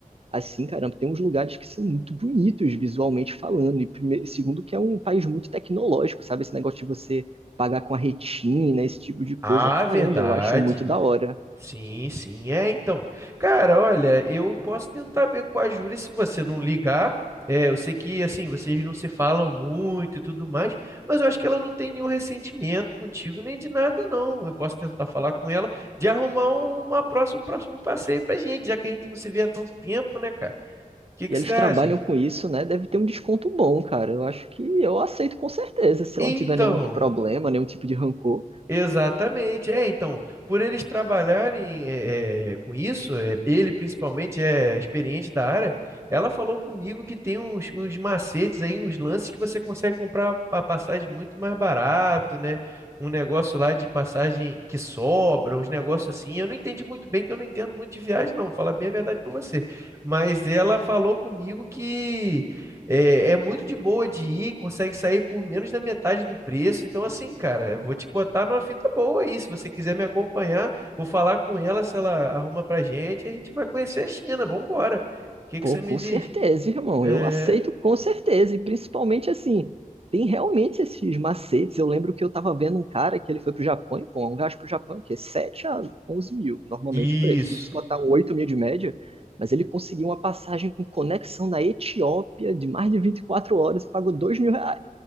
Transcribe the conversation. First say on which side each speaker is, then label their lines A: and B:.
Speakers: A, on the right; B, on the right.
A: Assim, caramba, tem uns lugares que são muito bonitos visualmente falando, e prime- segundo que é um país muito tecnológico, sabe? Esse negócio de você pagar com a retina, esse tipo de coisa,
B: Ah,
A: caramba,
B: verdade.
A: eu acho muito da hora.
B: Sim, sim. É, então. Cara, olha, eu posso tentar ver com a Júlia se você não ligar. É, eu sei que, assim, vocês não se falam muito e tudo mais, mas eu acho que ela não tem nenhum ressentimento contigo, nem de nada, não. Eu posso tentar falar com ela de arrumar um, uma próxima, um próximo passeio pra gente, já que a gente não se vê há tanto tempo, né, cara? O que que
A: E eles
B: você acha?
A: trabalham com isso, né? Deve ter um desconto bom, cara. Eu acho que eu aceito com certeza, se
B: Então.
A: lá não tiver nenhum problema, nenhum tipo de rancor.
B: Exatamente, é, então, por eles trabalharem eh, eh, com isso, eh, ele principalmente é experiente da área, ela falou comigo que tem uns, uns macetes aí, uns lances que você consegue comprar a passagem muito mais barato, né? Um negócio lá de passagem que sobra, uns negócios assim, eu não entendi muito bem, que eu não entendo muito de viagem não, vou falar bem a verdade para você, mas ela falou comigo que é, é muito de boa de ir, consegue sair por menos da metade do preço. Então, assim, cara, eu vou te botar numa fita boa aí. Se você quiser me acompanhar, vou falar com ela, se ela arruma pra gente, a gente vai conhecer a China. Vambora. O que que
A: Pô,
B: você
A: com
B: me diz?
A: certeza, irmão.
B: É,
A: Eu aceito com certeza. E principalmente assim, tem realmente esses macetes. Eu lembro que eu tava vendo um cara que ele foi pro Japão e, pô, um gasto pro Japão, que é 7 a 11 mil, normalmente
B: isso.
A: o preço. Mas se botar um 8 mil de média, mas ele conseguiu uma passagem com conexão na Etiópia de mais de 24 horas e pagou dois mil reais.